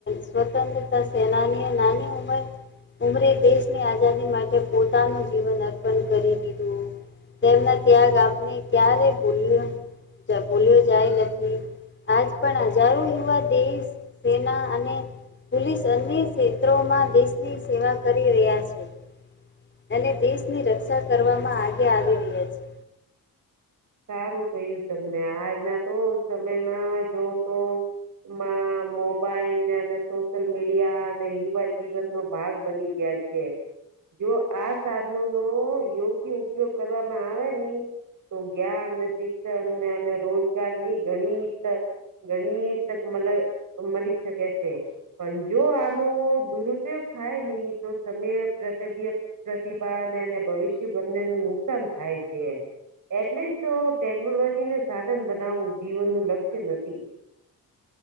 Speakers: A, on the left; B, on the right.
A: સ્વતંત્રતા સેનાનીઓ નાની ઉંમર ઉમરે દેશની આઝાદી માટે પોતાનું જીવન અર્પણ કરી દીધું તેમના ત્યાગ આપણે ક્યારે ભૂલ્યો જ ભૂલ્યો જાય નથી. આજ પણ હજારો યુવા દેશ સેના અને પોલીસ અન્ય ક્ષેત્રોમાં દેશની સેવા કરી રહ્યા છે. અને દેશની રક્ષા કરવામાં આગે આવી રહ્યા છે
B: સારું કય્યું, તમને આજના તો સમયમાં જો તો માં મોબાઈલને અને સોશયલ મીડિયા અને યુવા જીવન, નો ભાગ બની ગયા છે. જો આ સાધનો નો યોગ્ય ઉપયોગ કરવામાં આવે ને જ્ઞાન શિક્ષણ અને રોજગારની ગણિત ગણી તક મ મળી શકે તે પણ જો આનો દુરુપયોગ થાય, નની તો સમય પ્રતબ્ય પ્રતિભાને અને ભવિષ્ય બંને નું નુકસાન થાય છે. એટલી જ તો ટેકનોલોજીને સાધન બનાવવું જીવન નું લક્ષ્ય નથી